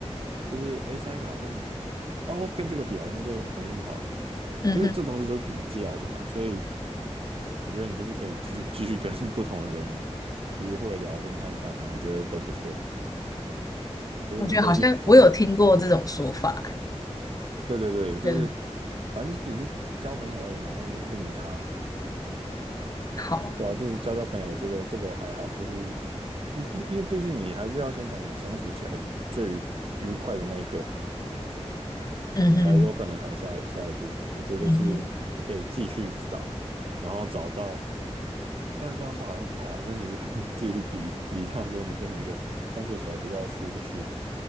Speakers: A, on the right; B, on the left.
A: 就是哎上一个好像，哦，跟这个比好像就没那么好，
B: 嗯哼，
A: 因为这东西就是比较的嘛，所以我觉得你就是可以继续继续跟 <laughs> 不同的人约会聊天看看啊，我觉得都不错，就是你可以去从此，
B: 我觉得好像我有听过这种说法，
A: 对对对，就是
B: 就是
A: 反正只是交朋友而已嘛，又没又没差，
B: 好，
A: 对啊，就是交交朋友，我觉得这个还好，就是你毕，因为毕竟你还是要先从你相处起来最愉愉快的那一个，
B: 嗯哼，
A: 你才有可能谈下一下一步。我觉得是你可以继续找，
B: 嗯哼，
A: 然后找到，虽然这样说好像不太好，但是你就可以 <laughs> 自己去比比较，说你跟哪一个相处起来比较舒适，